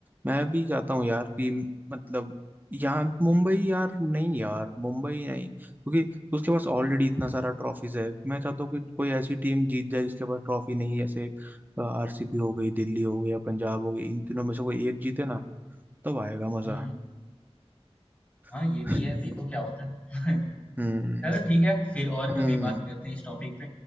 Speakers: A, on the right; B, on the left.
A: मैं भी चाहता हूँ यार कि मतलब यहाँ मुंबई यार नहीं यार मुंबई नहीं क्योंकि उसके पास ऑलरेडी इतना सारा ट्रॉफीज है मैं चाहता हूँ कोई कोई ऐसी टीम जीत जाए जिसके पास ट्रॉफी नहीं है जैसे आरसीबी हो गई दिल्ली हो गई या पंजाब हो गई इन तीनों में से कोई एक जीते ना तब आएगा मजा
B: हो हम्म हाँ
A: <laughs>
B: ये भी है देखो क्या होता है <laughs>
A: हम्म
B: चलो ठीक है फिर और
A: हम्म
B: कभी बात करते हैं इस टॉपिक